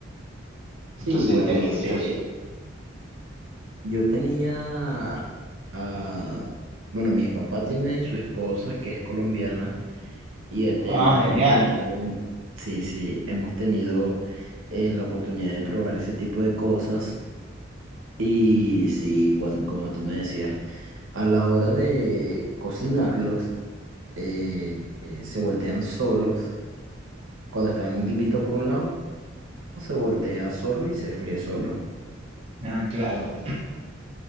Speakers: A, on the right; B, on the right.
A: sí,
B: Entonces
A: bueno,
B: es delicioso.
A: eh, Yo tenía, ah, bueno, mi papá tiene su esposa que es colombiana y este,
B: Ah,
A: hem- hemos
B: genial.
A: tenido, em- sí, sí, hemos tenido eh, la oportunidad de probar ese tipo de cosas y sí, cuando, como tú me decías, a la hora de cocinarlos, eh, eh, se voltean solos. Cuando están di- listos por un lado, se voltea solo y se fríe solo.
B: Ah, claro.